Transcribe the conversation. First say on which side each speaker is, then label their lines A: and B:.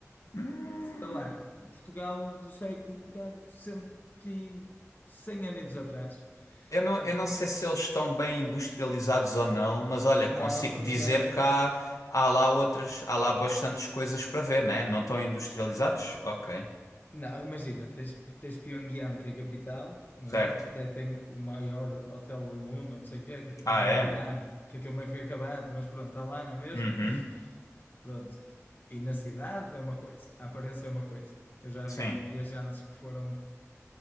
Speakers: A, on the left; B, on the left.
A: hum,
B: sei lá, Portugal do século cá, cento e 100 anos atrás,
A: eu não,
B: porque
A: eu não
B: muitas.
A: sei se eles estão bem industrializados ou não, mas olha,
B: Não,
A: consigo
B: não estão.
A: dizer que há, há lá outras, há lá bastantes coisas para ver, né? Não estão industrializados? Ok,
B: Não, imagina, tens, tens Pyongyang, que é a capital, não
A: certo.
B: é? Que até tem o maior hotel do mundo, não sei o quê, que é tipo
A: Ah,
B: aquela
A: é?
B: pirâmide, que aquilo nem foi acabado, mas pronto, está lá na mesma.
A: Uhum,
B: <laughs> Pronto. E na cidade é uma coisa, a aparência é uma coisa. Eu já
A: sim.
B: vi viajantes que foram